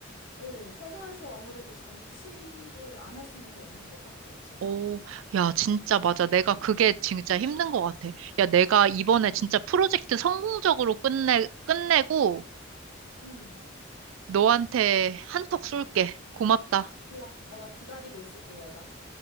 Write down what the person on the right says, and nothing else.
오, 야, 진짜 맞아. 내가 그게 진짜 힘든 것 같아. 야, 내가 이번에 진짜 프로젝트 성공적으로 끝내, 끝내고
너한테 한턱 쏠게. 고맙다.